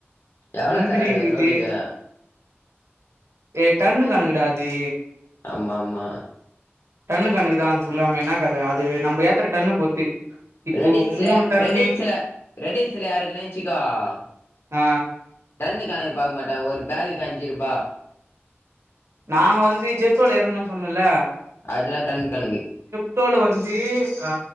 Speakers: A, on the left; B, on the right.
A: எவ்ளோ
B: முந்திரி
A: தராரு
B: இருக்தே
A: லோடுக்கு
B: ஏ டன்னு கணக்குடா அது
A: ஆமாமா
B: டன்னு கணக்குதா அது ஃபுல்லாமே என்னாகத அது நம்ம ஏத்துற டன்னப் பொறுத்து இப்போ
A: ரெட்ஹில்ஸ்ல
B: மூணு டன்னு
A: ரெட்ஹில்ஸ்ல ரெட்ஹில்ஸ் கீழ எறக்குனேன்னு வச்சிக்கோ தட்டி
B: ஆ
A: டன்னு கணக்கு பாக்க மாட்டாங்க ஒரு பேக்குக்கு அஞ்சி ருபா
B: நாங்க வந்து ஜெப்டோல எறக்கணுன்னு சொன்னல்ல
A: அத டன் கணக்கு
B: ஜெப்டோல வந்து ஆ